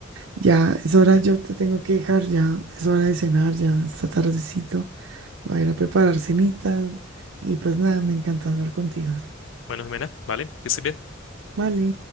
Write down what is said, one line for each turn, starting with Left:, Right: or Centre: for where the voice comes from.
Right: ya es hora, yo te tengo que dejar, ya es hora de cenar, ya está tardecito. Voy a ir a preparar cenita y pues nada, me encanta hablar contigo.
Left: Bueno, Jimena, vale, que estés bien.
Right: Vale.